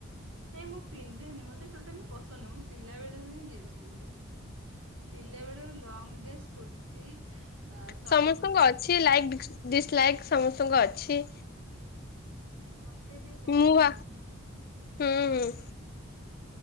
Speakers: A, on the right (about 80°); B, on the left (about 45°).
A: ନାଇଁ ମୁଁ ପିନ୍ଧେନି ମତେ ଟୋଟାଲି ପସନ୍ଦ ନୁହଁ ପିଲାବେଳରୁ ହିଁ ଜିନ୍ସ ପିନ୍ଧେନି। ପିଲା ବେଳରୁ ଲଙ୍ଗ୍ ଡ୍ରେସ, କୁର୍ତ୍ତି ସର୍ଟ
B: ସମସ୍ତଙ୍କୁ
A: କୁର୍ତ୍ତି
B: ଅଛି ଲାଇକ୍ ଡିସ-ଡିସଲାଇକ୍ ସମସ୍ତଙ୍କୁ ଅଛି।
A: ମତେ ଟିକେ
B: ମୁଁ
A: ପସନ୍ଦ
B: ଭା
A: ନୁହଁ।
B: ହୁଁ ହୁଁ।